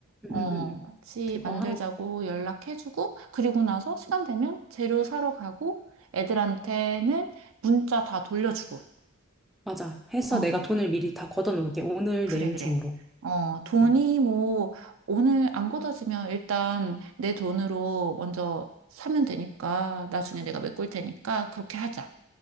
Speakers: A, on the right (about 65°); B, in the centre.
A: 어,
B: 음, 음, 음.
A: 같이
B: 그거
A: 만들자고
B: 하고,
A: 연락해주고, 그리고 나서 시간 되면 재료 사러 가고, 애들한테는 문자 다 돌려주고.
B: 맞아. 해서
A: 어.
B: 내가 돈을 미리 다 걷어놓을게. 오늘,
A: 그래,
B: 내일
A: 그래.
B: 중으로.
A: 어, 돈이
B: 음,
A: 뭐, 오늘 안 걷어지면 일단 내 돈으로 먼저 사면 되니까, 나중에 내가 메꿀 테니까, 그렇게 하자.